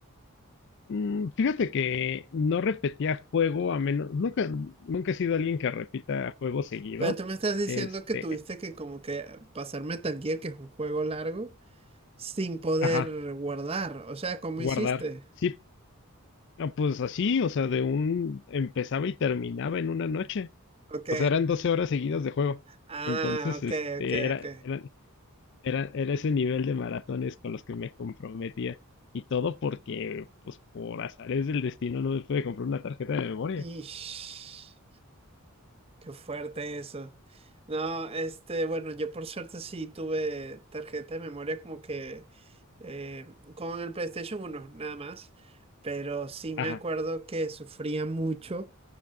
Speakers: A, on the left; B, on the right.
A: Mm, Fíjate que no repetía juego a menos, nunca, nunca he sido alguien que repita juego seguido.
B: Pero tú me estás diciendo
A: Este,
B: que tuviste que como que pasar Metal Gear, que es un juego largo, sin poder
A: ajá,
B: guardar. O sea, ¿cómo
A: guardar.
B: hiciste?
A: Sí, ah, pues así, o sea, de un, empezaba y terminaba en una noche.
B: Ok.
A: O sea, eran 12 horas seguidas de juego.
B: Ah,
A: Entonces,
B: ok,
A: este,
B: ok,
A: era,
B: ok.
A: era, era, era ese nivel de maratones con los que me comprometía. Y todo porque, pues, por azares del destino no me pude comprar una tarjeta de memoria.
B: Ish. Qué fuerte eso. No, este, bueno, yo por suerte sí tuve tarjeta de memoria como que eh, con el PlayStation uno nada más. Pero sí me
A: Ajá,
B: acuerdo que sufría mucho